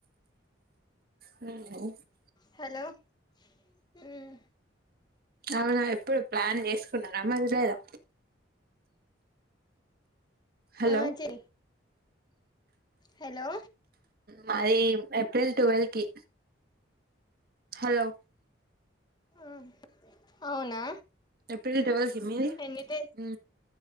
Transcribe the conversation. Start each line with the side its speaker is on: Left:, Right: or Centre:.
Right: వున
Left: హలో వున
Right: అవునా ఎప్పుడు ప్లాన్ చేసుకున్నారా మరి లేదా హలో
Left: ఆ చెయ్ హలో
Right: మది ఏప్రిల్ టుల్ల్వ్ కి హలో
Left: ఆ అవునా
Right: ఏప్రిల్ టువేల్ కి మీది
Left: ఎన్ని డేస్
Right: ఉ